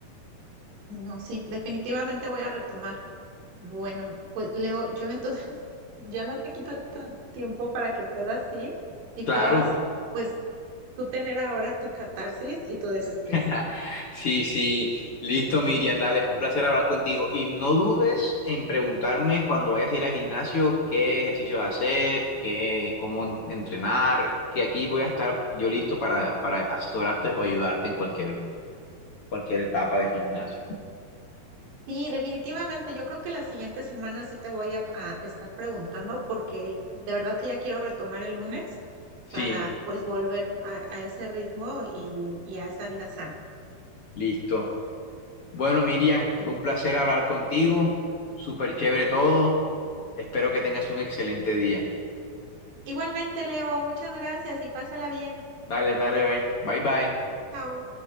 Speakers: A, on the right (about 90°); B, on the left (about 50°).
A: Y No, sí, definitivamente voy a retomar. Bueno, pues Leo, yo entonces <laughs> ya no te quito tu tiempo para que puedas ir y puedas
B: Claro.
A: pues tú tener ahora tu catarsis y tu desestrés.
B: <laughs> Sí, sí, listo, Miriam, dale, fue un placer hablar contigo. Y no dudes en preguntarme cuando vayas a ir al gimnasio qué ejercicio hacer, qué, cómo en- entrenar, que aquí voy a estar yo listo para, para asesorarte o ayudarte en cualquier, cualquier etapa del gimnasio.
A: Sí, definitivamente. Yo creo que la siguiente semana sí te voy a, a estar preguntando porque de verdad que ya quiero retomar el lunes
B: Sí,
A: para pues volver a, a ese ritmo y, y a esa vida sana.
B: listo. Bueno, Miriam,
A: Perfecto.
B: fue un placer hablar contigo, súper chévere todo. Espero que tengas un excelente día.
A: Igualmente, Leo, muchas gracias y pásala bien.
B: Dale, dale, bye, bye, bye.
A: Chao.